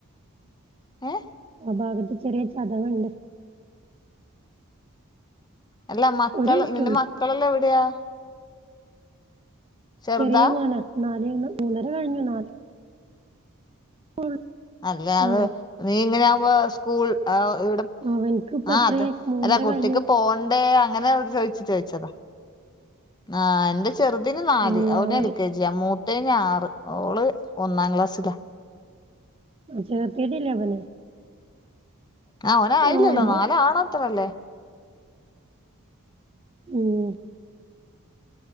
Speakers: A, on the left; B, on the right.
A: ഏഹ്
B: ആ ഭാഗത്ത് ചെറിയ ചതവുണ്ട്
A: അല്ല മക്കൾ
B: ഒരു കുട്ടിയുള്ളൂ
A: നിന്റെ മക്കളല്ലാം എവിടെയാ ചെറുതാ
B: ചെറിയ മോന നാലീന്നു മൂന്നര കഴിഞ്ഞു നാല് <unintelligible>
A: അല്ലത്
B: ആ
A: നീ ഇങ്ങനെ ആകുമ്പോ സ്കൂൾ ആ ഇവിടെ
B: അവൻക്കിപ്പ എത്രേ
A: ആഹ് അത്
B: മൂന്നര
A: അല്ലാ കുട്ടിക്ക്
B: കഴിഞ്ഞു
A: പോണ്ടേ അങ്ങനെ അവര് ചോദിച്ച ചോയ്ച്ചതാ ആ എന്റെ ചെറുതിന് നാല്
B: ഇല്ല
A: അവന്
B: ഓന്
A: എൽ കെ ജി ന്റെ മൂത്തതിന് ആറ് ഓള് ഒന്നാം ക്ലാസ്സില
B: ആഹ് ചേർത്തീട്ടില്ലവനെ
A: ആഹ് ഓന് ആയില്ലല്ലോ
B: ഓന്റെ
A: നാല് ആകണാത്രല്ലേ
B: ഉം